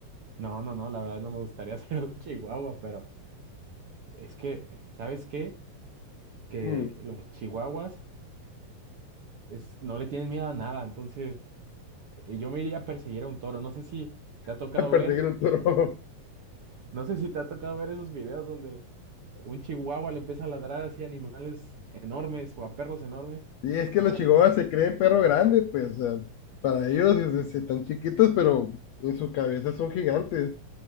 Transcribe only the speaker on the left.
Mm,
<laughs>
a perseguir
un toro. <laughs>
Y es que
los chihuahuas
se creen perro grande, pues, o sea, para ellos es- es- están chiquitos, pero en su cabeza son gigantes.